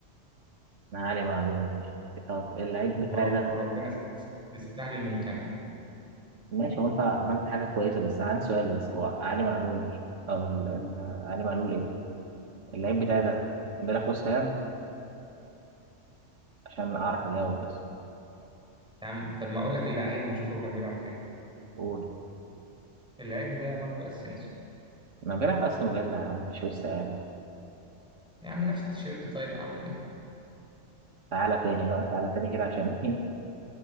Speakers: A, on the right (about 85°); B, in the centre.
A: علي معلول ماشي طب اللعيب بتاعي
B: ورب
A: ده
B: وربنا س- السهل الممتنع يعني
A: ماشي هو انت عملت حاجه كويسه بس انا عندي سؤال بس هو علي معلول او ال... ال... علي معلول ايه اللعيب بتاعي ده بيلعب في وست هام عشان اعرف اجاوب بس
B: يا عم طب ما اقول لك اللعيب ونشوف هو كان بيلعب فين
A: قول
B: اللعيب ده ماركو اسينسيو
A: انا بيلعب في استون فيلا يا عم مش وست هام
B: يا عم نفس التيشيرت طيب اعمل ايه
A: تعالى تاني بقى تعالى تاني كده عشان ايه